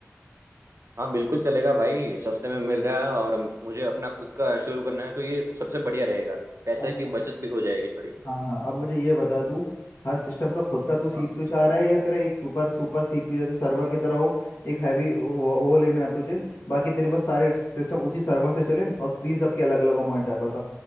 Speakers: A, on the right; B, on the left.
A: हाँ बिल्कुल चलेगा भाई सस्ते में मिल रहा है और मुझे अपना खुद का शुरू करना है तो ये सबसे बढ़िया रहेगा पैसे
B: अब
A: की बचत भी हो जाएगी थोड़ी
B: हाँ हाँ अब मुझे ये बता तू हर सिस्टम का खुद का तू सीपीयू
A: हाँ
B: चाह रहा है या तेरा एक सुपर सुपर सीपीयू जैसे सर्वर की तरह हो एक हैवी वो, वो लेना है तुझे बाकी तेरे पास सारे सिस्टम उसी सर्वर से चले और स्क्रीन सबके अलग अलग हो मॉनिटर बता